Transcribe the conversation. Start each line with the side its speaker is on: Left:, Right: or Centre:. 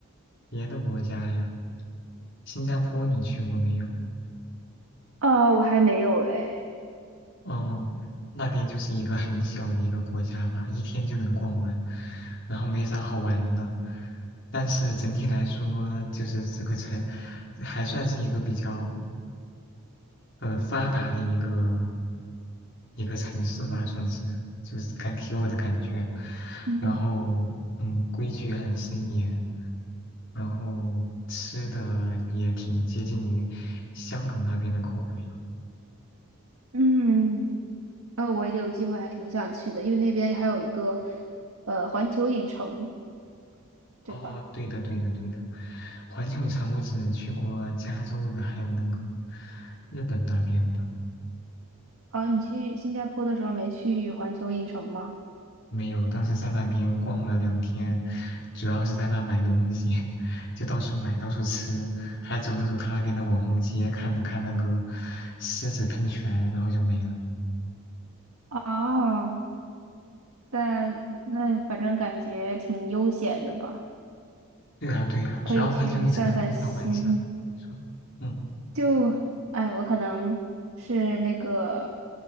Left: 别的国家呀，新加坡你去过没有？
Right: 呃，我还没有哎。
Left: 嗯，那边就是一个很小的一个国家吧，一天就能逛完，然后没啥好玩的。但是整体来说，就是这个城还算是一个比较呃发达的一个一个城市吧，算是就是感给我的感觉。
Right: 嗯
Left: 然后嗯，规矩很森严，然后吃的也挺接近于香港那边的口味。
Right: 嗯。呃，我有机会还挺想去的，因为那边还有一个呃环球影城，对吧？
Left: 哦，对的，对的，对的。环球影城我只去过加州的，还有那个日本那边的，
Right: 哦，你去新加坡的时候没去环球影城吗？
Left: 没有。当时在那边逛了两天，主要是在那买东西，<laughs> 就到处买，到处吃，还走了走他那边的网红街，看了看那个狮子喷泉，然后就没了。
Right: 哦，但那反正感觉挺悠闲的吧，
Left: 对啊，对啊，
Right: 可以去散散心。
Left: 主要环球影城不知道晚上。你说，嗯，
Right: 就，哎，我可能是那个